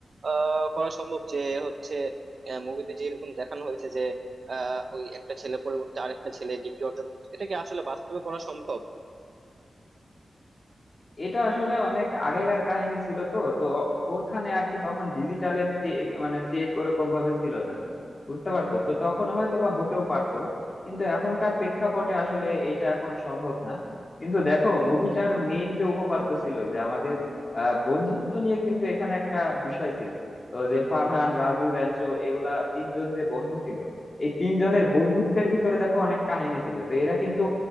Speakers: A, on the right; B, on the left.
A: আহ করা সম্ভব যে হচ্ছে মুভিতে যে এরকম দেখানো হয়েছে যে আহ ওই একটা ছেলে পরিবর্তে আরেকটা ছেলে ডিগ্রি অর্জন করছে, এটা কি আসলে বাস্তবে করা সম্ভব
B: এটা আসলে অনেক আগেকার কাহিনী ছিল তো তো ও- ওখানে আর কি তখন ডিজিটালের মানে চেক ওরকম ভাবে ছিল না বুঝতে পারছো তো তখন হয়তো বা হতেও পারতো কিন্তু এখনকার প্রেক্ষাপটে আসলে এটা এখন সম্ভব না কিন্তু দেখো মুভিটার মেইন যে উপপাদ্য ছিল যে আমাদের আহ বন্ধুত্ব নিয়ে কিন্তু এখানে একটা বিষয় ছিল তো যে ফারহান রাজু র্যাঞ্চো এগুলা তিনজন যে বন্ধু ছিল এই তিনজনের বন্ধুত্বের ভিতরে দেখো অনেক কাহিনী ছিল তো এরা কিন্তু